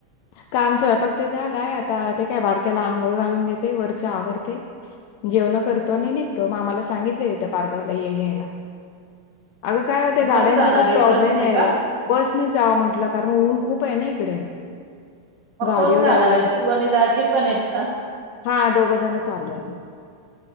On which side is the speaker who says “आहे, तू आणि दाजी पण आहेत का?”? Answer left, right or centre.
Right